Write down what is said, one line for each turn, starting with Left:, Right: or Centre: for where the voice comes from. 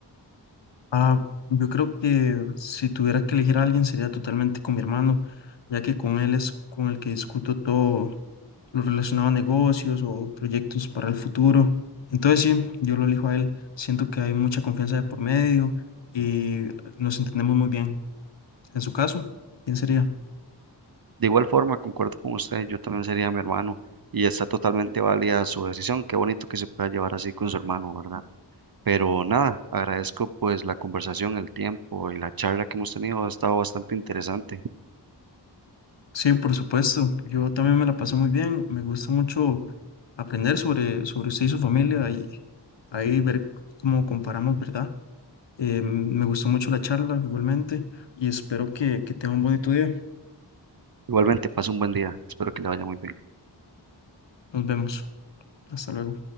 Left: Ah, yo creo que si tuviera que elegir a alguien sería totalmente con mi hermano, ya que con él es con el que discuto todo lo relacionado a negocios o proyectos para el futuro. Entonces sí, yo lo elijo a él. Siento que hay mucha confianza de por medio y nos entendemos muy bien. En su caso, ¿quién sería?
Right: De igual forma, concuerdo con usted, yo también sería mi hermano y está totalmente válida su decisión. Qué bonito que se pueda llevar así con su hermano, ¿verdad? Pero nada, agradezco pues la conversación, el tiempo y la charla que hemos tenido. Ha estado bastante interesante.
Left: Sí, por supuesto. Yo también me la paso muy bien. Me gusta mucho aprender sobre, sobre usted y su familia y ahí ver cómo comparamos, ¿verdad? Eh, me gustó mucho la charla igualmente y espero que, que tenga un bonito día.
Right: Igualmente, pase un buen día. Espero que le vaya muy bien.
Left: Nos vemos. Hasta luego.